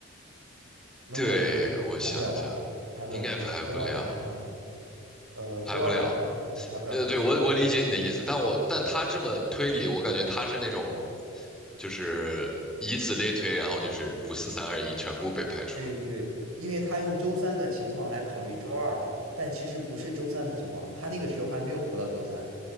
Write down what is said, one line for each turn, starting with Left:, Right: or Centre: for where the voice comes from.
Right: 能排除周四，
Centre: 对，我想一下，
Right: 排不了吧？排不了周四，
Centre: 应该排不了，
Right: 周二晚上，呃，周二晚上啊，
Centre: 排不了。
Right: 排不了周四。
Centre: 呃，对，我我理解你的意思，但我但他这么推理，我感觉他是那种，就是以此类推，然后就是五四三二一全部被排除了。
Right: 对对，因为他用周三的情况来考虑周二了，但其实不是周三的情况，他那个时候还没有活到周三，